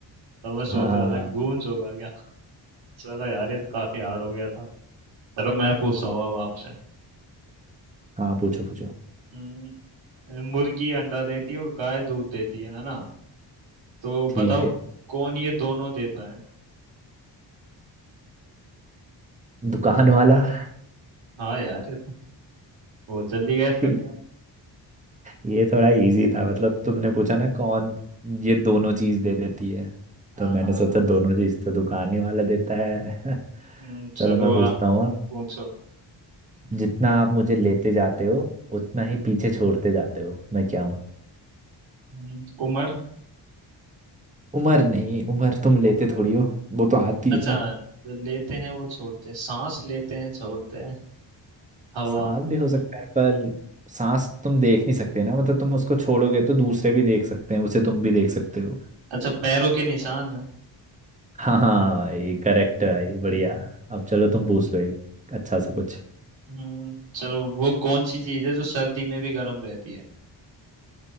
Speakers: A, on the right; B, on the right.
A: तो मैं सोच
B: हाँ
A: रहा था गूंज होगा क्या चलो यार ये तो काफी हार्ड हो गया था चलो मैं पूछता हूँ अब आपसे
B: हाँ पूछो पूछो
A: हम्म, मुर्गी अंडा देती है और गाय दूध देती है है ना तो
B: ठीक
A: बताओ
B: है
A: कौन ये दोनों देता है
B: दुकान वाला
A: हाँ यार ये तो बहुत जल्दी गैस
B: <laughs>
A: कर लिया
B: ये थोड़ा इजी था मतलब तुमने पूछा ना कौन ये दोनों चीज दे देती है
A: हाँ
B: तो मैंने
A: हाँ
B: सोचा दोनों चीज तो दुकान ही वाला देता है
A: हम्म,
B: <laughs>
A: चलो
B: चलो मैं पूछता
A: आ,
B: हूँ अब।
A: पूछो
B: जितना आप मुझे लेते जाते हो उतना ही पीछे छोड़ते जाते हो मैं क्या हूँ
A: हम्म, उम्र
B: उम्र नहीं उम्र तुम लेते थोड़ी हो वो तो आती
A: अच्छा
B: है ना
A: जो लेते हैं वो छोड़ते हैं सांस लेते हैं छोड़ते हैं हवा
B: सांस भी हो सकता है पर सांस तुम देख नहीं सकते ना मतलब तुम उसको छोड़ोगे तो दूसरे भी देख सकते हैं उसे तुम भी देख सकते हो
A: अच्छा पैरों के निशान
B: हाँ हाँ भाई करेक्ट भाई बढ़िया अब चलो तुम पूछ लो एक अच्छा सा कुछ
A: हम्म चलो वो कौन सी चीज है जो सर्दी में भी गर्म रहती है